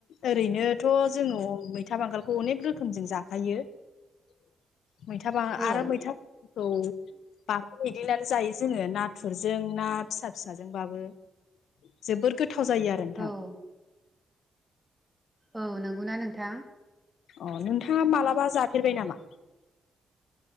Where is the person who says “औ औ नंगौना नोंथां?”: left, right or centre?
Centre